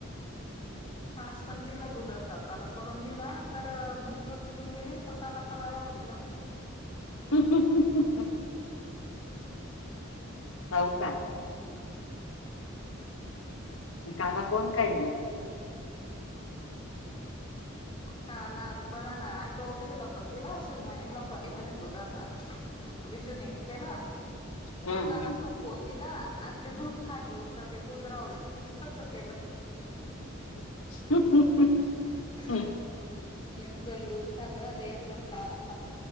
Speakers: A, on the left; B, on the left.
A: आज पण तिला दुधाचा काला करून दिला तर दूध दूध पिऊन गेली तर काला काला राहू दिला
B: <inaudible> हो का मघ काला कोण करनार
A: काला बघा ना आणि तो विषूला पण दिला शुभमला पण म्हणे दुधाचा काला विषूने तर केला काकाला
B: हम्म हम्म
A: संपवून दिला आणि ते दूध खाली उरत ते दूध रावल असं केलं
B: <inaudible>
A: <inaudible> एक
B: हम्म
A: जण दूध खात एक जण काला खात